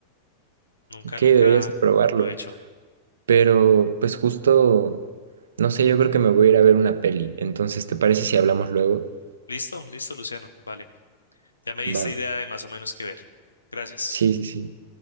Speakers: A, on the left; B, on the right.
A: Nunca,
B: Ok,
A: nunca
B: deberías probarlo.
A: lo he hecho.
B: Pero pues justo, no sé, yo creo que me voy a ir a ver una peli. Entonces, ¿te parece si hablamos luego?
A: Listo, listo, Luciano. Vale. Ya me diste
B: Va.
A: idea de más o menos qué ver. Gracias.
B: Sí, sí, sí.